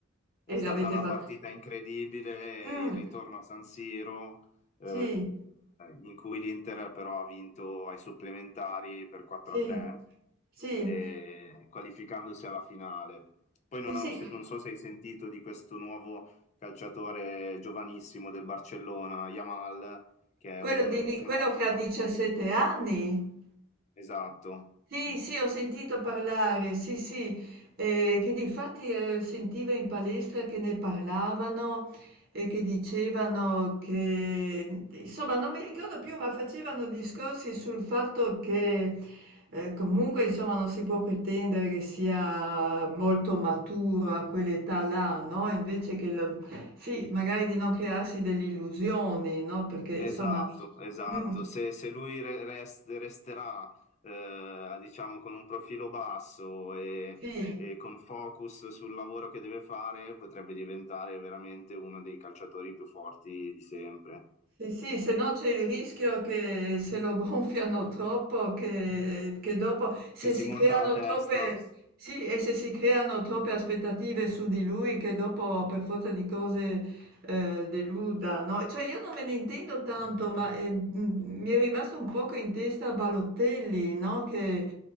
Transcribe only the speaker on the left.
È
stata
una
partita incredibile,
il ritorno a San Siro, eh,
in cui l'Inter però ha vinto ai supplementari per 4-3,
eh, qualificandosi alla finale. Poi
non,
ho- non so se hai sentito di questo nuovo calciatore giovanissimo del Barcellona, Yamal, che è
un
un
fenomeno
Esatto,
esatto,
esatto.
Se, se lui re- rest- resterà, eh, diciamo, con un profilo basso e,
e con focus sul lavoro che deve fare, potrebbe diventare veramente uno dei calciatori più forti di sempre.
Che si
monta
la testa.